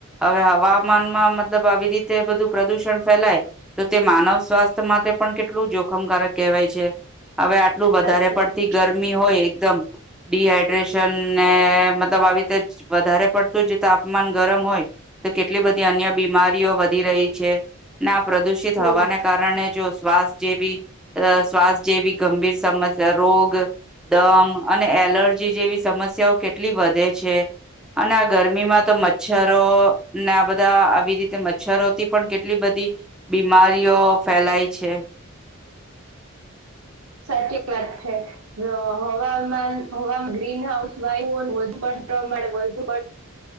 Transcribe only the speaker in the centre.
હવે હવામાનમાં મતલબ આવી રીતે બધું પ્રદુષણ ફેલાય તો તે માનવ સ્વાસ્થ માટે પણ કેટલું જોખમકારક કહેવાય છે. હવે આટલું વધારે
પડતી
ગરમી હોય એકદમ ડીહાઈડ્રેશન ને મતલબ આવી રીતે વધારે પડતું જે તાપમાન ગરમ હોય તો કેટલી બધી અન્ય બીમારીઓ વધી રહી છે ને પ્રદુષિત
હવાને કારણે જો શ્વાસ જેવી અ શ્વાસ જેવી ગંભીર સમસ્યા રોગ દમ અને એલર્જી જેવી સમસ્યાઓ કેટલી વધે છે. અને આ ગરમીમાં તો મચ્છરો ને આ બધા આવી રીતે મચ્છરોથી પણ કેટલી બ ધી બીમારીઓ ફેલાય છે.